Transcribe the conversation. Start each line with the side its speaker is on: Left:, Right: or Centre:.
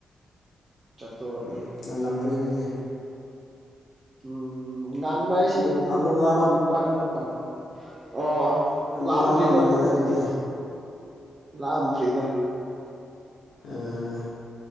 Right: ꯆꯥꯛ ꯇꯣꯛꯑꯒ
Left: ꯎꯝ ꯉꯜꯂꯝꯒꯅꯤ ꯑꯗꯨꯗꯤ
Right: ꯎꯝ ꯉꯥꯟꯕ ꯍꯥꯏꯁꯦ
Left: ꯑꯃꯨꯛ
Right: ꯄꯨꯡ
Left: ꯑꯃꯨꯛ ꯂꯥꯝꯃ
Right: ꯅꯤꯄꯜ ꯃꯥꯄꯜ ꯑꯣ
Left: ꯑꯃꯨꯛ
Right: ꯂꯥꯝꯗ꯭ꯔꯤꯗ
Left: ꯂꯥꯝꯃꯝꯃꯅꯤꯗ
Right: ꯑꯗꯨꯕꯨꯗꯤ
Left: ꯑꯗꯨꯗꯤ
Right: ꯂꯥꯝꯗ꯭ꯔꯤꯗ
Left: ꯎ